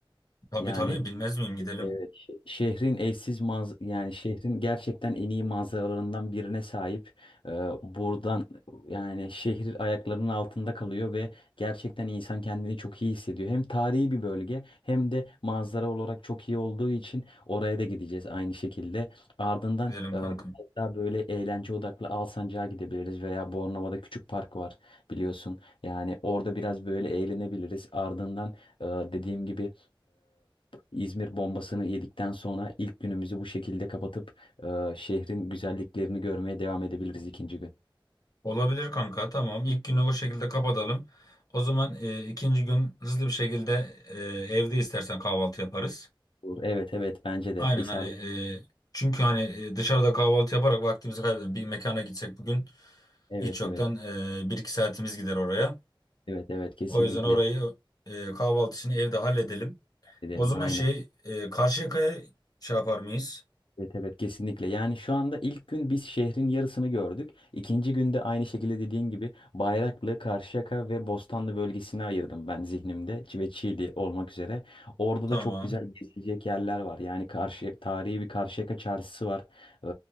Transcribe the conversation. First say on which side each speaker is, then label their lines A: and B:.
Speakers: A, on the left (about 45°); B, on the left (about 70°).
A: Tabii
B: Yani
A: tabii bilmez miyim gidelim.
B: Evet, şe- şehrin eşsiz maz yani şehrin gerçekten en iyi manzaralarından birine sahip. Ee, buradan yani şehir ayaklarının altında kalıyor ve gerçekten insan kendini çok iyi hissediyor. Hem tarihi bir bölge hem de manzara olarak çok iyi olduğu için oraya da gideceğiz aynı şekilde. Ardından
A: Gidelim
B: e,
A: kanka.
B: biraz daha böyle eğlence odaklı Alsancak'a gidebiliriz veya Bornova'da küçük park var biliyorsun. Yani orada biraz böyle eğlenebiliriz. Ardından e, dediğim gibi İzmir bombasını yedikten sonra ilk günümüzü bu şekilde kapatıp e, şehrin güzelliklerini görmeye devam edebiliriz ikinci gün.
A: Olabilir kanka tamam. İlk günü o şekilde kapatalım. O zaman e, ikinci gün hızlı bir şekilde e, evde istersen kahvaltı yaparız.
B: Olur. Evet evet bence
A: Aynen
B: de isabet.
A: hani e, çünkü hani e, dışarıda kahvaltı yaparak vaktimizi kaybedelim. Bir mekana gitsek bugün
B: Evet
A: hiç yoktan
B: evet
A: e, bir iki saatimiz gider oraya.
B: evet evet kesinlikle
A: O yüzden orayı e, kahvaltı için evde halledelim.
B: edelim
A: O zaman
B: aynen.
A: şey e, Karşıyaka'ya şey yapar mıyız?
B: Evet evet kesinlikle. Yani şu anda ilk gün biz şehrin yarısını gördük. İkinci günde aynı şekilde dediğin gibi Bayraklı, Karşıyaka ve Bostanlı bölgesini ayırdım ben zihnimde Ç- ve Çiğli olmak üzere. Orada
A: Tamam.
B: da çok güzel gezilecek yerler var. Yani karşı tarihi bir Karşıyaka çarşısı var. Ee,